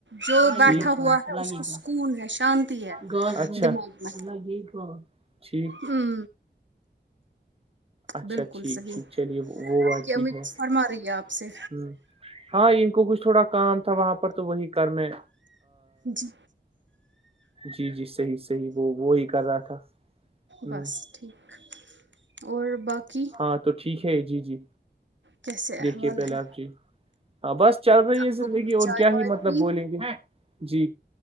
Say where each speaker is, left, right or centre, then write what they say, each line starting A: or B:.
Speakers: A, on the right; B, on the right.
A: جو
B: لگے
A: بیٹھا
B: گا
A: ہوا ہے
B: لگے
A: اس کو
B: گا
A: سکون ہے شانتی ہے
B: گاس
A: دماغ میں
B: ب لگے گا ٹھیک
A: ہوں
B: اچھا
A: بالکل
B: ٹھیک
A: صحیح
B: ٹھیک چلیے وہ بات
A: آپ کی
B: بھی
A: امی
B: ہے
A: کچھ فرما رہی ہے آپ سے
B: ہ ہاں ان کو کچ تھوڑا کام تھا وہاں پر تو وہی کرنے
A: جی
B: جی جی صحیح صحیح وہ وہی کر رہا تھا ہ
A: بس ٹھیک اور باقی
B: ہاں تو ٹھیک ہے جی جی
A: کیسے احوال
B: دیکھیے پہلے
A: ہے
B: آپ جی ہاں بس چل رہی
A: آپ
B: ہے
A: لوگوں
B: زندگی
A: نے چائے
B: اور کیا
A: وائے
B: ہی مطلب
A: پی
B: بولیں گے جی